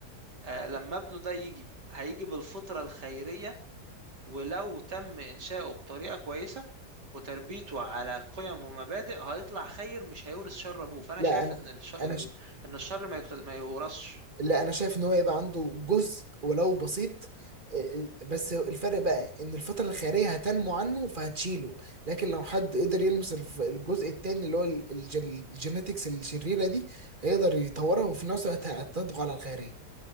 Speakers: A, on the right; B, on the right.
A: آه، لما ابنه ده يجي هيجي بالفطرة الخيرية ولو تم إنشاؤه بطريقة كويسة وتربيته على قيم ومبادئ هيطلع خير مش هيورث شر أبوه فأنا
B: لا
A: شايف
B: انا
A: إن الش... ال...
B: انا ش...
A: إن الشر ما, يكت... ما يورثش
B: لا انا شايف ان هو يبقى عنده جزء ولو بسيط آه، ال- بس الفرق بقى ان الفترة الخيرية هتنمو عنه فهتشيله لكن لو حد قدر يلمس الف- الجزء التاني اللي هو ال- الج- الجينيتكس الشريرة دي هيقدر يطورها وفي نفس الوقت هتضغط على الخيرية